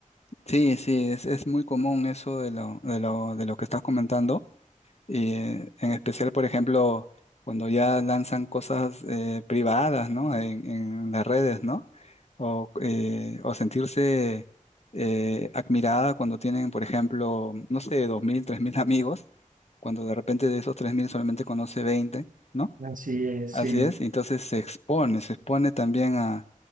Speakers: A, on the left; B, on the right.
A: Sí, sí, es, es muy común eso de lo, de lo, de lo que estás comentando. Y eh, en especial, por ejemplo, cuando ya lanzan cosas eh, privadas, ¿no? En, en las redes, ¿no? O, eh, o sentirse eh, admirada cuando tienen, por ejemplo, no sé, dos mil, tres mil amigos, cuando de repente de esos 3.000 solamente conoce 20, ¿no?
B: Así es,
A: Así
B: sí.
A: es, y entonces se expone, se expone también a,